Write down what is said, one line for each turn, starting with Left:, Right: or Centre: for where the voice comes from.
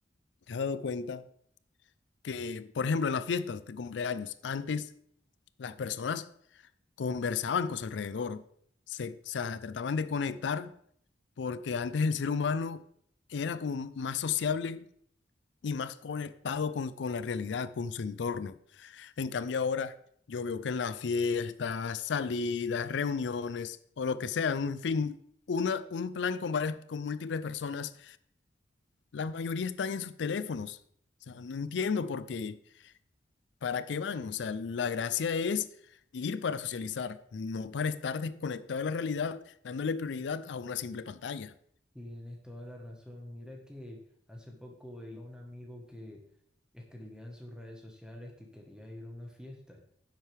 Left: te has dado cuenta que, por ejemplo, en las fiestas de cumpleaños, antes las personas conversaban con su alrededor, se, o sea, trataban de conectar porque antes el ser humano era como más sociable y más conectado con, con la realidad, con su entorno. En cambio ahora yo veo que en las fiestas, salidas, reuniones o lo que sea, en fin, una, un plan con varias, con múltiples personas, la mayoría están en sus teléfonos. O sea, no entiendo por qué, para qué van. O sea, la gracia es ir para socializar, no para estar desconectado de la realidad, dándole prioridad a una simple pantalla.
Centre: Tienes toda la razón. Mira que hace poco veía a un amigo que escribía en sus redes sociales que quería ir a una fiesta.